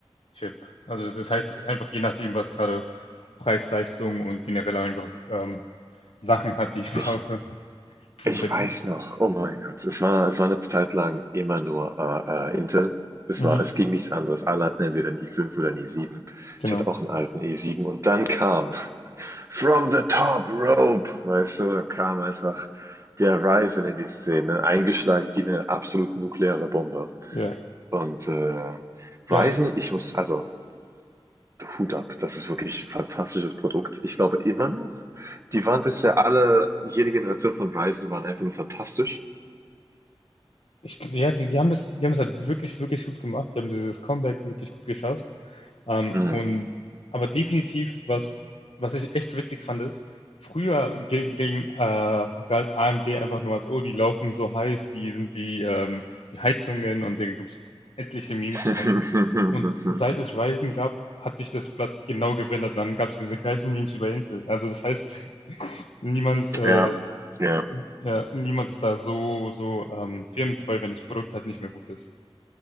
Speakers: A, on the left (about 80°); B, on the right (about 30°).
A: Chip. Also das heißt einfach je nachdem, was gerade Preis, Leistung und generell einfach ähm, Sachen hat, die ich <laughs> brauche.
B: Ich, ich
A: Und bei dir?
B: weiß noch, oh mein Gott, es war, es war eine Zeit lang immer nur äh, äh, Intel. Es
A: Mhm,
B: war, es ging nichts anderes. Alle hatten entweder einen i5 oder einen i7.
A: genau.
B: Ich hatte auch einen alten i7 und dann kam From the top rope, weißt du, da kam einfach der Ryzen in die Szene, eingeschlagen wie eine absolut nukleare Bombe.
A: Ja.
B: Und äh,
A: Ja,
B: Ryzen, ich muss, also Hut ab, das ist wirklich ein fantastisches Produkt. Ich glaube immer noch, die waren bisher alle, jede Generation von Ryzen waren einfach nur fantastisch.
A: ich, ja die, die haben das, die haben das halt wirklich, wirklich gut gemacht. Die haben dieses Comeback wirklich gut geschafft. Ähm,
B: Hm.
A: und aber definitiv, was, was ich echt witzig fand, ist, früher ge- ging, äh, galt AMD einfach nur als, oh, die laufen so heiß, die sind wie, ähm, wie Heizungen und da gibt es etliche Memes
B: <laughs>
A: von. Und seit es Ryzen gab, hat sich das Blatt genau gewendet. Dann gab es diese gleichen Memes über Intel. Also das heißt, <laughs> niemand, äh,
B: ja, ja.
A: n- ja, niemand ist da so, so ähm, firmentreu, wenn das Produkt halt nicht mehr gut ist.